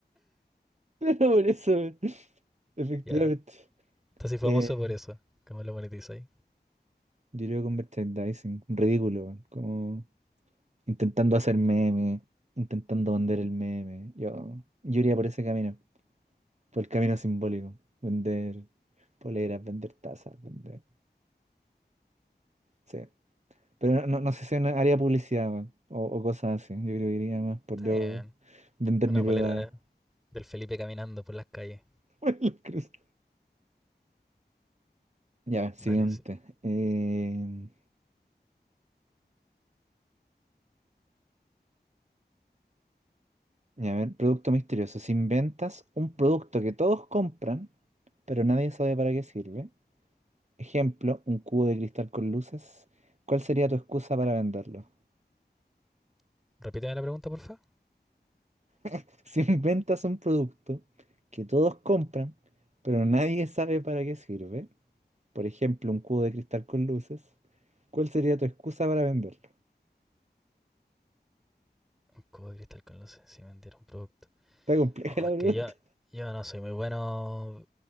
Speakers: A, on the right; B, in the centre.
A: por eso, weón. efectivamente.
B: Ya, estás así famoso
A: Eh,
B: por eso. ¿Cómo lo monetizáis?
A: yo creo con merchandising, ridículo, weón, como intentando hacer meme, intentando vender el meme. Yo, yo iría por ese camino, por el camino simbólico, vender poleras, vender tazas, vender. sí Pero no, no no sé si en área publicidad, weón, O, o cosas así. Yo creo que iría más por
B: Está
A: yo
B: bien.
A: vender
B: Una
A: mi prueba.
B: polera de- del Felipe caminando por las calles.
A: <laughs> Por La cruz. Ya, siguiente.
B: Dale, sí.
A: Eh, ya, a ver, producto misterioso. Si inventas un producto que todos compran, pero nadie sabe para qué sirve. Ejemplo, un cubo de cristal con luces. ¿Cuál sería tu excusa para venderlo?
B: Repíteme la pregunta, porfa.
A: <laughs> Si inventas un producto que todos compran, pero nadie sabe para qué sirve. por ejemplo, un cubo de cristal con luces, ¿cuál sería tu excusa para venderlo?
B: Un cubo de cristal con luces, si vendiera un producto.
A: Está compleja
B: Oh,
A: la
B: es
A: pregunta.
B: que yo, yo no soy muy bueno,